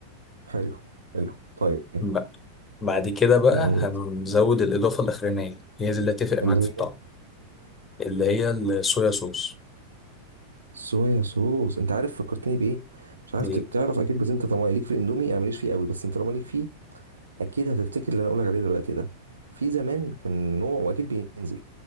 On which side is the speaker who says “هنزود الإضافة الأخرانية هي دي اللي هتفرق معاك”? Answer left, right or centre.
Left